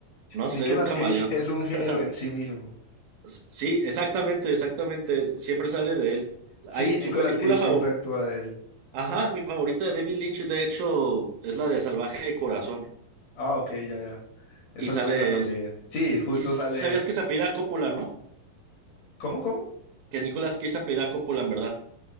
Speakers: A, on the right; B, on the left.
A: no
B: Nicolas
A: sé, un camaleón.
B: Cage es un
A: <laughs>
B: género en sí mismo.
A: Sí, exactamente, exactamente, siempre sale de él.
B: Sí,
A: Hay su
B: Nicolas
A: película
B: Cage siempre
A: favorita.
B: actúa de él.
A: Ajá, mi favorita de David Lynch, de hecho, es la de Salvaje de Corazón,
B: Ah, ok, ya, ya. Esa
A: y sale
B: es buena también.
A: él.
B: Sí, justo
A: Y si
B: sale
A: sabías
B: él.
A: que se apellida Coppola, ¿no?
B: ¿Cómo, cómo?
A: Que Nicolas Cage se apellida Coppola, en verdad.